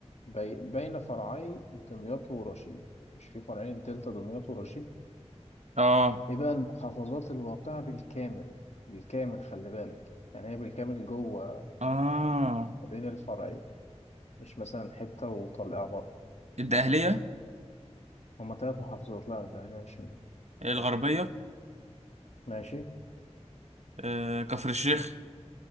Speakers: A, on the left; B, on the right.
A: بي... بين فرعي دمياط ورشيد مش في فرعين الدلتا دمياط ورشيد
B: اه
A: ايه بقى المحافظات الواقعة بالكامل بالكامل خلي بالك يعني هي بالكامل جوه
B: اه
A: ما بين الفرعين مش مثلا حتة وطلعها بره
B: الدقهلية
A: هما تلات محافظات لا الدهلية مش منهم
B: الغربية
A: ماشي
B: آه. كفر الشيخ